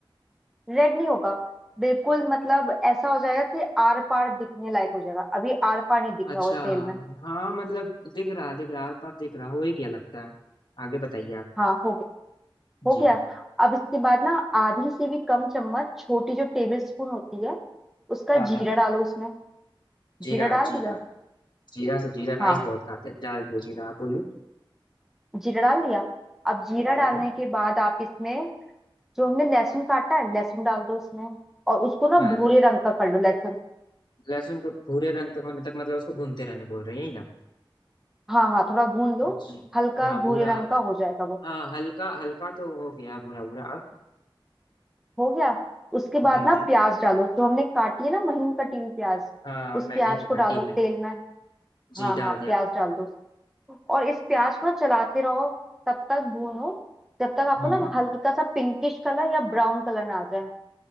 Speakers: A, in the centre; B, on the left.
A: रेड नहीं होगा बिल्कुल मतलब ऐसा हो जाएगा कि आर पार दिखने लायक हो जाएगा अभी आर पार नहीं दिख
B: अच्छा
A: रहा होगा तेल में
B: हाँ मतलब दिख रहा दिख रहा आर पार दिख रहा हो ही क्या लगता है आगे बताइए आप
A: हाँ हो गया हो
B: जी
A: गया अब इसके बाद ना आधी से भी कम चम्मच छोटी जो टेबल स्पून होती है उसका
B: हाँ
A: जीरा
B: हाँ
A: डालो उसमें
B: जीरा
A: जीरा डाल
B: जीरा
A: दिया
B: जीरा से जीरा
A: हाँ
B: राइस बहुत खाते हैं डाल दो जीरा आप बोलिए
A: जीरा डाल दिया अब जीरा
B: मैं डाल
A: डालने
B: दिया
A: के बाद आप इसमें जो हमने लहसुन काटा है लहसुन डाल दो उसमें और उसको ना
B: हाँ
A: भूरे रंग का कर लो लहसुन
B: लहसुन को भूरे रंग तक होने तक मतलब उसको भूनते रहने बोल रहे हैं यही ना
A: हाँ हाँ थोड़ा भून लो
B: जी
A: हल्का
B: हाँ भूरा
A: भूरे रंग का हो जाएगा वो
B: हाँ हल्का हल्का तो हो गया भूरा भूरा अब
A: हो गया उसके बाद
B: जी
A: ना
B: जी
A: प्याज डालो जो हमने काटी है ना महीन कटी हुई प्याज
B: हाँ
A: उस
B: मैंने
A: प्याज
B: ही तो
A: को
B: काटी
A: डालो
B: है मैंने
A: तेल में
B: जी
A: हाँ
B: डाल
A: हाँ
B: दिया
A: प्याज डाल दो और इस प्याज को ना चलाते रहो तब तक भूनो जब तक आपको
B: वाह
A: ना हल्का सा पिंकिश कलर या ब्राउन कलर ना आ जाए